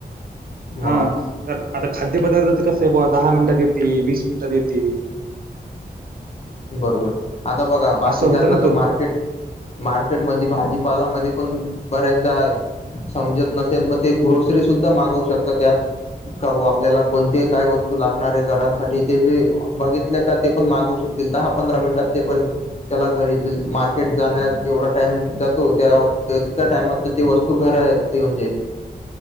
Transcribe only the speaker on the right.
हा तर आता खाद्य पदार्थच कस आहे बा दहा मिनिटात येते वीस मिनिटात येते
असं होतं ना
तो